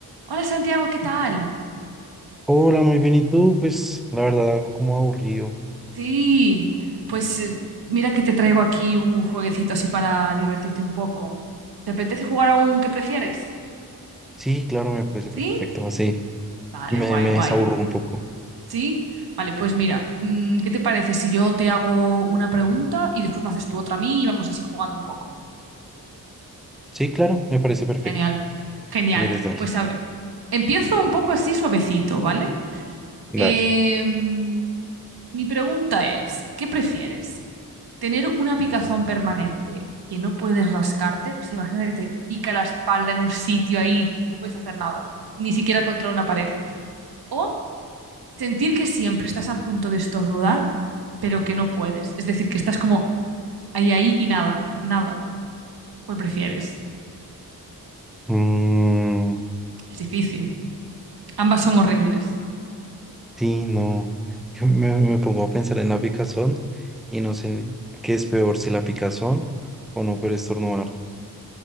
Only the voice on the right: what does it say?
Hola Santiago, ¿qué tal?
Sí, pues eh, mira que te traigo aquí un jueguecito así para divertirte un poco. ¿Te apetece jugar a un que prefieres?
¿Sí?
Vale,
guay,
guay.
¿Sí? Vale, pues mira, mm, ¿qué te parece si yo te hago una pregunta y después me haces tú otra a mí y vamos así jugando un poco?
Genial, genial.
Pues a ver, empiezo un poco así suavecito, ¿vale?
Eh, mi pregunta es, ¿qué prefieres? ¿Tener una picazón permanente que no puedes rascarte? O sea, imagínate que te pica la espalda en un sitio ahí, no puedes hacer nada, ni siquiera contra una pared. O sentir que siempre estás a punto de estornudar, pero que no puedes. Es decir, que estás como ahí, ahí y nada, nada. ¿Cuál prefieres?
Es difícil. Ambas son horribles.